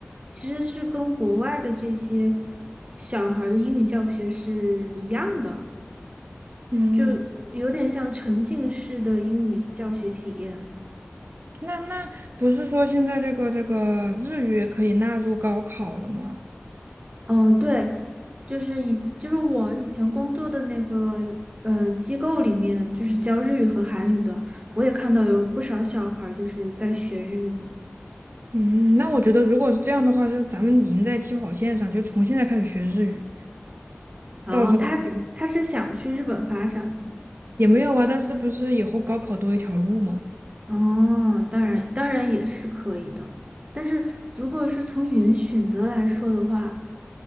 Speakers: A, on the right; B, on the right.
A: 其实是跟国外的这些小孩儿的英语教学是一样的，
B: 嗯，
A: 就有点像沉浸式的英语教学体验。
B: 那那不是说现在这个这个日语也可以纳入高考了吗？
A: 嗯、呃对，就是以就是我以前工作的那个呃机构里面，就是教日语和韩语的，我也看到有不少小孩儿就是在学日语。
B: 嗯，那我觉得如果是这样的话，是咱们赢在起跑线上，就从现在开始学日语，
A: 然后他他是想去日本发展吗？
B: 到时候就也没有啊。但是不是以后高考多一条路吗？
A: 哦，当然当然也是可以的，但是如果是从语言选择来说的话，